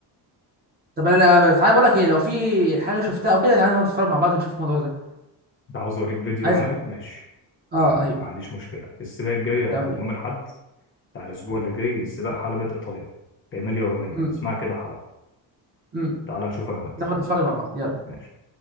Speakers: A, on the right (about 25°); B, on the left (about 30°).
A: طب انا لا- تعالى بقول لك ايه لو في حاجه شفتها او كده تعالى نقعد نتفرج مع بعض ونشوف الموضوع ده
B: ده عاوز أوريك فيديو
A: عايز
B: عملي ماشي
A: اه
B: تمام
A: ايوه
B: ما عنديش مشكلة السباق الجاي هيكون
A: تمام يلا
B: يوم الأحد بتاع الأسبوع اللي جاي سباق حلبة إيطاليا في إيميليا رومانيا
A: امم
B: اسمها كده حلبة
A: امم
B: تعال نشوف انا وانت
A: نقعد نتفرج مع بعض يلا
B: ماشي